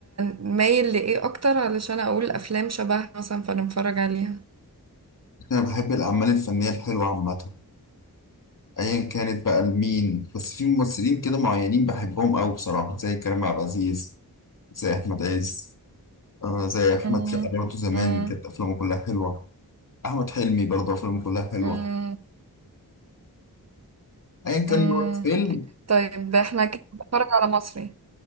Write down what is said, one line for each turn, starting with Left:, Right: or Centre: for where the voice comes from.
Right: مايل لايه اكتر علشان اقول افلام شبهها مثلا فنتفرج عليها
Left: أنا بحب الأعمال الفنية الحلوة عامة أيا كانت بقى لمين بس في ممثلين كده معينين بحبهم أوي بصراحة زي كريم عبد العزيز زي أحمد عز آه زي أحمد
Right: مم،
Left: سقا برضه زمان
Right: مم،
Left: كانت أفلامه كلها حلوة أحمد حلمي برضه أفلامه كلها حلوة
Right: مم،
Left: أيا كان
Right: مم.
Left: نوع الفيلم
Right: طيب احنا كده بنتفرج على مصري